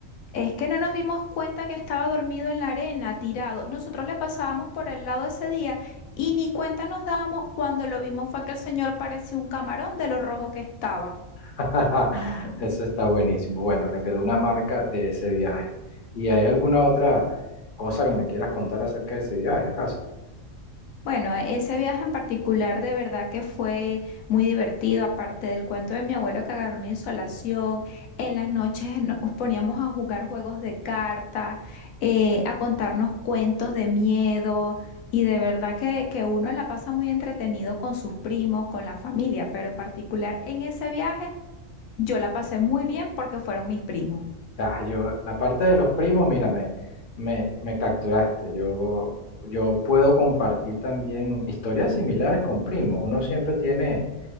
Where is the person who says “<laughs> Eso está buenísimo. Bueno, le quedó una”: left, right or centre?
Left